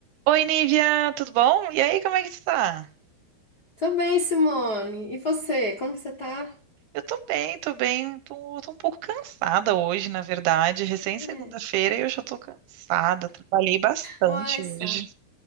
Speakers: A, on the right (about 80°); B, on the left (about 60°).
A: Oi, Nívia, tudo bom? E aí, como é que tu tá?
B: Tô bem, Simone. E você? Como que você tá?
A: Eu tô bem, tô bem. Tô, tô um pouco cansada hoje, na verdade. Recém
B: É.
A: segunda-feira e eu já tô cansada. Trabalhei bastante
B: Uai,
A: hoje.
B: Sá.